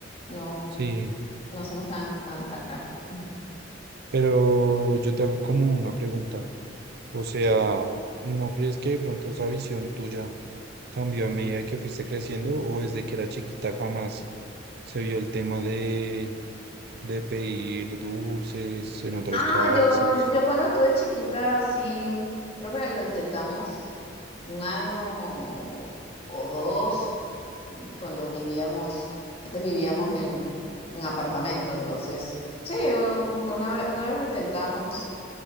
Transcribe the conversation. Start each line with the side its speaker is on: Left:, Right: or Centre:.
Left: No,
Right: Sí,
Left: no hacemos tan, tan, tan grandes. <laughs>
Right: pero yo te hago como una pregunta. O sea,
Left: Sí.
Right: ¿no crees que de pronto esa visión tuya cambió a medida que fuiste creciendo o desde que era chiquita jamás se vio el tema de, de pedir dulces en otras
Left: Ah,
Right: casas?
Left: yo, yo cuando estuve chiquita, sí, creo que lo intentamos un año o, o dos, cuando vivíamos, antes vivíamos en, en apartamento, entonces, sí, o como que una vez, una vez lo intentamos